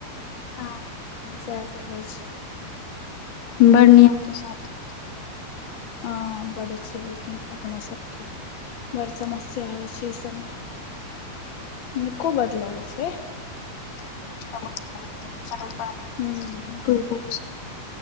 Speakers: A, on the left (about 85°); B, on the left (about 45°).
A: ह
B: सएह सब होइ छै
A: बढ़ निक के साथ
B: हँ बड छै लेकिन अपनो सबके। बड़ समस्या होइ छै ई सबमे। निको बड लगे छै।
A: <unintelligible>
B: हूँ